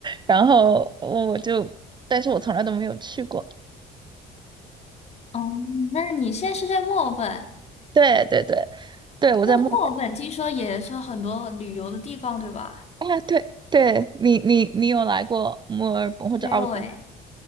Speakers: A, on the right; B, on the left.
A: 然后我就，但是我从来都没有去过，
B: 哦，那你现在是在墨尔本？
A: 对对对，对我在墨尔
B: 那墨尔本听说也是很多旅游的地方，对吧？
A: 本，啊对对，你你你有来过墨尔本或者澳洲？
B: 没有诶，